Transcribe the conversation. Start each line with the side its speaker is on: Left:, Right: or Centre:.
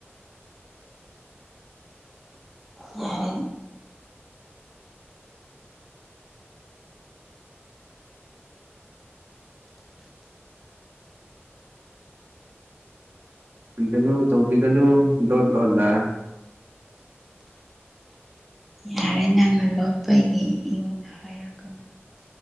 Centre: ꯌꯥꯔꯦ
Right: <unintelligible> ꯇꯧꯕꯤꯒꯅꯨ ꯂꯣꯠ ꯂꯣꯟꯅ
Centre: ꯌꯥꯔꯦ ꯅꯪꯅ ꯂꯣꯠꯄꯒꯤ ꯑꯩꯉꯣꯟ ꯍꯥꯏꯔꯛꯀꯅꯨ